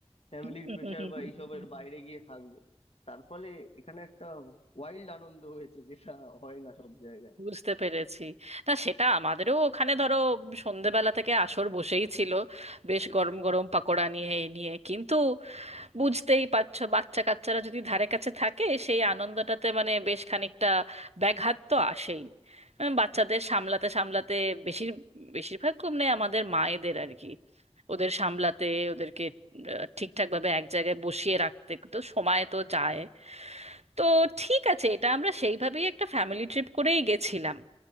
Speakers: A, on the left; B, on the right.
A: ফ্যামিলির
B: <laughs>
A: প্রেশার বা এইসবের বাইরে গিয়ে থাকবো তার ফলে এখানে একটা ওয়াইল্ড আনন্দ হয়েছে যেটা হয় না সব জায়গায়
B: বুঝতে পেরেছি না সেটা আমাদেরও ওখানে ধরো সন্ধেবেলা থেকে আসর বসেই ছিল বেশ গরম গরম পাকোড়া নিয়ে এ নিয়ে কিন্তু বুঝতেই পারছো বাচ্চা কাচ্চারা যদি ধারে কাছে থাকে সেই আনন্দটাতে মানে বেশ খানিকটা ব্যাঘাত তো আসেই আহ, বাচ্চাদের সামলাতে সামলাতে বেশির বেশিরভাগ কমনে আমাদের মায়েদের আর কি ওদের সামলাতে ওদেরকে ঠিকঠাক ভাবে এক জায়গায় বসিয়ে রাখতে তো সময় তো যায় তো ঠিক আছে এটা আমরা সেইভাবেই একটা ফ্যামিলি ট্রিপ করেই গেছিলাম